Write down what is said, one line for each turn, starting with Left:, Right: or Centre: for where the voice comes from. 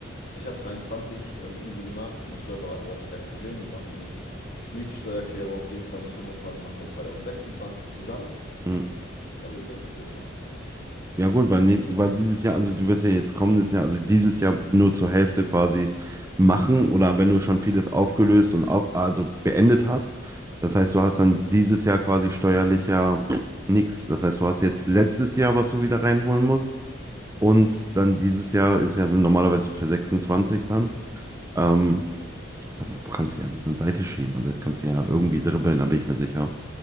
Left: Ich habe 23 ähm, easy gemacht. Mein Steuerberater sagt, es ist kein Problem. Wir machen die nächste Steuererklärung 24, 25 machen wir 2026 zusammen.
Right: hm.
Left: Habe ich gesagt, okay, passt.
Right: Ja
Left: Das
Right: gut,
Left: kriegen
Right: weil,
Left: wir.
Right: ne, weil dieses Jahr, also du wirst ja jetzt kommendes Jahr, also dieses Jahr nur zur Hälfte quasi machen oder wenn du schon vieles aufgelöst und auf, also beendet hast, das heißt, du hast dann dieses Jahr quasi steuerlich ja pff, nix. Das heißt, du hast jetzt letztes Jahr, was du wieder reinholen musst und dann dieses Jahr ist ja dann normalerweise für 26 dann, ähm, hast, kannst du ja dann Seite schieben, also kannst du ja irgendwie dribbeln, da bin ich mir sicher.